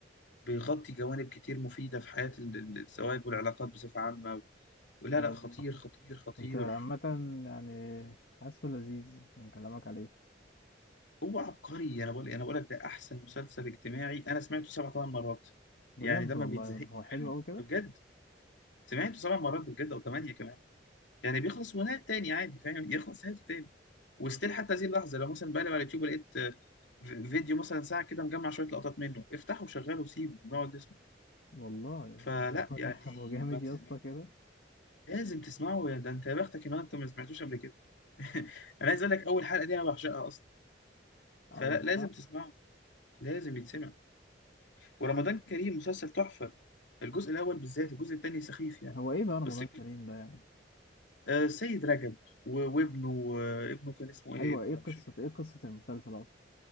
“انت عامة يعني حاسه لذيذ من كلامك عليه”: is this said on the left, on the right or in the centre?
Left